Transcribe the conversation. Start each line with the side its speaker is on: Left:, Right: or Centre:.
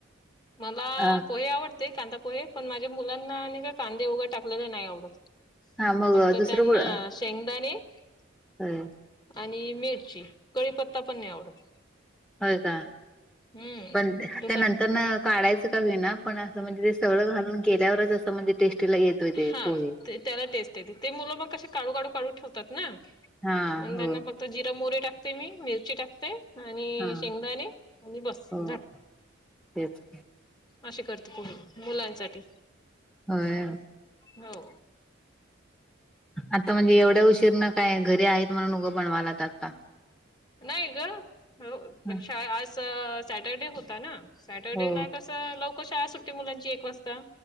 Left: मला
Centre: अ,
Left: पोहे आवडते कांदा पोहे पण, माझ्या मुलांना आणि का कांदे वगैरे टाकलेलं नाही आवडत.
Centre: हां मग
Left: फक्त
Centre: दुसरं
Left: त्यांना
Centre: गुळ
Left: शेंगदाणे-
Centre: होय,
Left: - आणि मिरची कडीपत्ता पण नाही आवडत.
Centre: होय का.
Left: हम्म
Centre: पण
Left: जस
Centre: ते नंतरन -- काढायचं का होईना, पण असं म्हणजे ते सगळं घालून केल्यावरच असं म्हणजे टेस्ट -- तिला येतोय ते.
Left: हा
Centre: पोहे.
Left: ते त्याला टेस्ट येते ते मुलं मग कशी काढू काढू काढू ठेवतात ना
Centre: हां,
Left: मग
Centre: हो,
Left: त्यांना बघ -- फक्त जिरा मोहरी टाकते मी, मिरची टाकते. आणि
Centre: हां,
Left: शेंगदाणे आणि बस
Centre: हो
Left: झाल.
Centre: तेच.
Left: अशी करते पोहे मुलांसाठी.
Centre: होय.
Left: हो.
Centre: आता म्हणजे एवढ्या उशीर न काय घरी आहेत म्हणून उगं बनवायलात आता.
Left: नाही ग हो पण
Centre: हं,
Left: शाळाआज सॅटरडे होता ना सॅटरडेला
Centre: हो,
Left: क स लवकर शाळा सुट्टते मुलांची एक वासता.